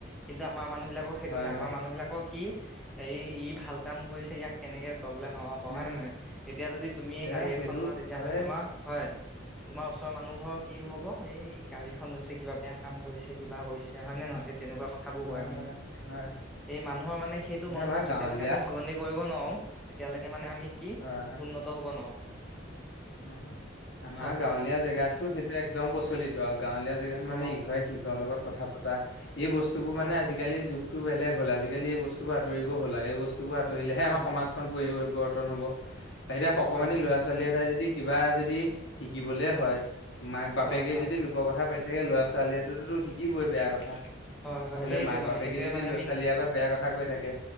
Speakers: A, in the centre; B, on the left (about 65°).
A: কিন্তু আমাৰ মানুহ বিলাকৰ সেইটো
B: হয়
A: নাই
B: হয়
A: আমাৰ মানুহ বিলাকক কি এই ই ভাল কাম কৰিছে ইয়াক কেনেকে তললে নমাব পাওঁ
B: উম।
A: হয় নে নহয় এতিয়া যদি তুমিয়ে
B: এতিয়া
A: গাড়ী
B: সেইটো
A: এখন লোৱা তেতিয়াহ'লে
B: হয়ে
A: তোমাৰ হয় তোমাৰ ওচ ওচৰৰ মানুহঘৰৰ কি হ'ব এই ই গাড়ীখন লৈছে কিবা বেয়া কাম কৰিছে কিবা কৰিছে হয় নে নহয় তেনেকুৱা কথাবোৰ
B: হয়
A: কয় মানে
B: হয় হয়
A: তে এই মানুহৰ মানে সেইটো
B: এই
A: মনোভাৱ
B: আমাৰ গাঁৱলীয়া
A: যেতিয়ালৈকে আমি সলনি কৰিব নোৱাৰো তেতিয়ালৈকে মানে আমি কি
B: হয় হয়।
A: উন্নত হব নোৱাৰো
B: অ আমাৰ
A: হয়
B: গাঁৱলীয়া
A: হয়
B: জেগাতটো সেইটো একদম প্ৰচলিত আৰু গাঁৱলীয়া জেগাত
A: অ
B: মানে ইঘৰে সিঘৰৰ লগত কথা পতা এই বস্তুবোৰ
A: অ
B: মানে আজিকালি যুগ তো বেলেগ হ'ল আজিকালি এই বস্তুবোৰ আতৰিব হল আৰু এই বস্তুবোৰ আঁতৰিলেহে
A: অ
B: আমাৰ সমাজখন পৰি পৰিৱৰ্তন হ'ব এতিয়া সকমানি
A: হয় হয়
B: ল'ৰা ছোৱালী এটাই যদি কিবা যদি যি শিকিবলে হয় মাক বাপেকে
A: হয় হয়
B: যদি লোকৰ কথা পা তাকে লৰা ছোৱালীয়েটোটো শিকিবই বেয়া কথা
A: হয় হয়
B: বোলে
A: সেইটোৱে
B: মাক
A: মানে
B: বাপেকে
A: সেইটোৱে
B: যদি
A: মানে
B: লৰা
A: আমি
B: ছোৱালীৰ আগত বেয়া কথা থা কৈ থাকে